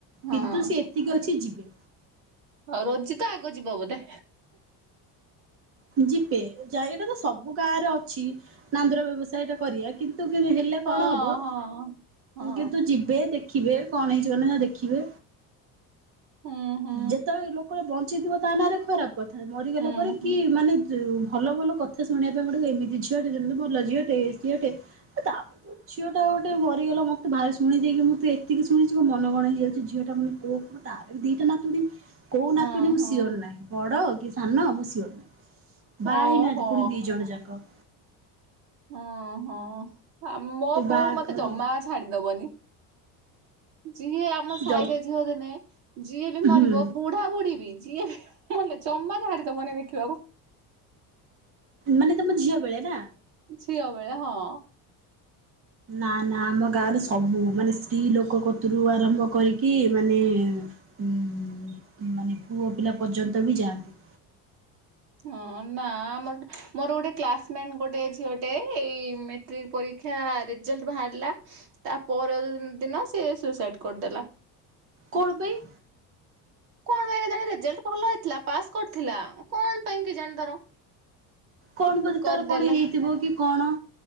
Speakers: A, on the right (about 80°); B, on the right (about 35°).
A: ହଁ
B: କିନ୍ତୁ ସେ ଏତିକି ଅଛି ଯିବେ।
A: ଆଉ ରୋଜି ତ ଆଗ ଯିବ ବୋଧେ?
B: ଯିବେ ଯା ଏଇଟା ତ ସବୁ ଗାଁ ରେ ଅଛି ନାନ୍ଦୁର ବ୍ୟବସାୟ ଟା କରିବା କିନ୍ତୁ କିୁ ହେଲେ
A: ହଁ
B: କଣ ହବ
A: ହଁ। ହଁ
B: କିନ୍ତୁ ଯିବେ ଦେ ଦେଖିବେ କଣ ହେଇଛି କଣ ନାହଁ ଦେଖିବେ
A: ହୁଁ ହୁଁ
B: ଯେତେବେଳେ ଲୋକ ବ ଞ୍ଚିଥିବ ତା ନାରେ ଖରାପ କଥା ମରିଗଲା
A: ହୁଁ
B: ପରେ
A: ହୁଁ
B: କି ମାନେ ଯେ ଭଲ ଭଲ କଥା ଶୁଣିବା ପାଇଁ ଗୋଟେ ଏମିତି ଝିଅଟେ ସେମତି ଭଲ ଝିଅଟେ ଏ ସିଏଟେ। ତାପ ଝିଅ ଟା ଗୋଟେ ମରିଗଲା ମତେ ଭାରି ଶୁଣି ଦେଇକି ମୁଁ ତ ଏତିକି ଶୁଣିଛି ମନ କଣ ହେଇଯାଉଛି ଝିଅଟା ମାନେ କୋ ମୁଁ ତାର ବି ଦିଟା ନାତୁଣୀ କୋଉ
A: ହଁ
B: ନାତୁଣୀ ମୁଁ
A: ହଁ।
B: ସିଅର ନାହିଁ ବଡ କି ସାନ ମୁଁ ସିଅର ନାହିଁ। ବାହା
A: ଓହୋ
B: ହେଇନାହାନ୍ତି ପୁଣି ଦି ଜଣ ଯାକ।
A: ହଁ ହଁ ଆ ମୋ ବୋଉ
B: ବାହାଘର
A: ମତେ ଜମା ଛାଡିଦବନି ଯିଏ ଆମ ସାହିରେ
B: ଜବ୍
A: ଝିଅ ଦିନେ ଯିଏ ବି ମରିବ
B: ହୁଁ
A: ବୁଢା ବୁଢୀ ବି ଯିଏ ବି ମଲେ ଜମା ଛାଡ଼ିଦବ ନି ଦେଖିବାକୁ।
B: ମାନେ ତମ ଝିଅ ବେଳେ ନା?
A: ଝିଅ ବେଳେ ହଁ।
B: ନା ନା ଆମ ଗାଁରେ ସବୁ ମାନେ ସ୍ତ୍ରୀ ଲୋକ କତୁରୁ ଆରମ୍ଭ କରିକି ମାନେ ହୁଁ ମାନେ ପୁଅ ପିଲା ପର୍ଯ୍ୟନ୍ତ ବି ଯାଆନ୍ତି।
A: ହଁ ନା ଆମ ମୋର ଗୋଟେ କ୍ଲାସମେଟ ଗୋଟେ ଝିଅଟେ ଏଇ ମେ ଟ୍ରିକ ପରୀକ୍ଷା ରେଜଲ୍ଟ ବାହାରିଲା ତା ପର ଦିନ ସିଏ ସୁସାଇଡ଼୍ କରିଦେଲା।
B: କଣ ପାଇଁ?
A: କଣ ପାଇଁ କେଜାଣି ରେଜଲ୍ଟ ଭଲ ହେଇଥିଲା ପାସ୍ କରିଥିଲା କଣ ପାଇଁ କେଜାଣି ତାର
B: କଣ ବଧେ ତାର
A: କରିଦେଲା।
B: କଣ ହେଇଥିବ କି କଣ?